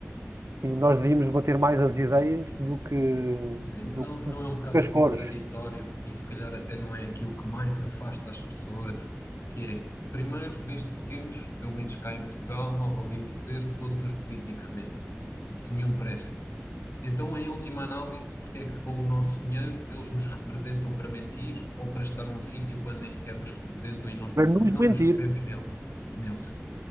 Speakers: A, on the right; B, on the left.
A: E nós devíamos debater mais as ideias do que, do,
B: Sim, não, não
A: do
B: é um bocado
A: que as
B: contraditório
A: cores.
B: e se calhar até não é aquilo que mais afasta as pessoas, que é, primeiro, desde pequenos, pelo menos cá em Portugal, nós ouvimos dizer que todos os políticos mentem, que nenhum presta. Então, em última análise, porque é que com o nosso dinheiro eles nos representam para mentir ou para estar num sítio quando nem sequer nos representam e nós nos-
A: Para nos
B: não
A: mentir,
B: nos revemos nele, neles?